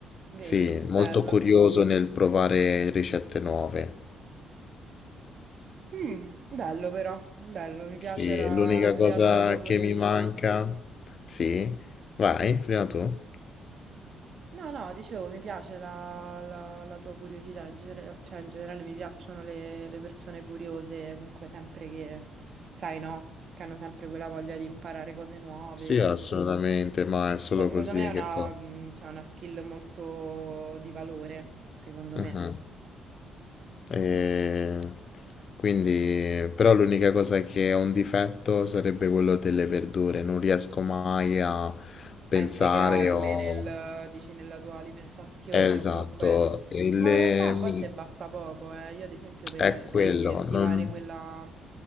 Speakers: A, on the right; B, on the left.
A: vedi,
B: Sì,
A: bello.
B: molto curioso nel provare ricette nuove.
A: Mm, bello però, bello, mi piace
B: Sì,
A: la,
B: l'unica
A: mi
B: cosa
A: piace la tua curiosità.
B: che mi manca... Sì, vai, prima tu.
A: No, no, dicevo, mi piace la, la- la tua curiosità, in genere- cioè in generale mi piacciono le, le persone curiose, comunque sempre che, sai, no, che hanno sempre quella voglia di imparare cose nuove.
B: Sì, assolutamente, ma è solo
A: Cioè, secondo
B: così
A: me è una,
B: che poi...
A: mm, cioè, una skill molto di valore, secondo me.
B: Mh-mh. Ehm, quindi però l'unica cosa che è un difetto sarebbe quello delle verdure, non riesco mai a pensare
A: a integrarle
B: o
A: nel, dici, nella tua alimentazione
B: esatto,
A: o comunque...
B: e le
A: Ma in realtà a volte
B: mi
A: basta poco, eh. Io ad esempio per,
B: è quello,
A: per incentivare
B: non
A: quella,